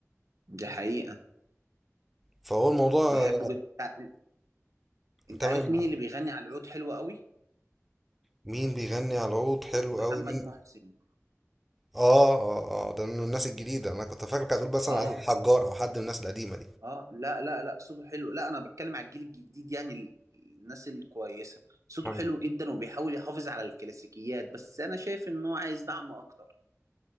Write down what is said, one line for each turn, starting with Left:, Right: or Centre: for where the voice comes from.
Right: دي حقيقه
Centre: فهو الموضوع
Right: بحبه جدا انت أنت
Centre: تمام
Right: عارف مين اللي بيغني على العود حلو قوي
Centre: مين بيغني على العود حلو
Right: محمد
Centre: أوي مين
Right: محسن
Centre: آه آه آه ده من الناس الجديدة أنا كنت فاكر كانت هتقول مثلا
Right: اه
Centre: علي الحجار أو حد من الناس القديمة
Right: اه لا لا لا صوته حلو لا انا بتكلم على الجيل الجديد يعني ال- الناس الكويسه صوته
Centre: دي
Right: حلو جدا وبيحاول يحافظ على الكلاسيكيات بس انا شايف ان هو عايز دعم اكتر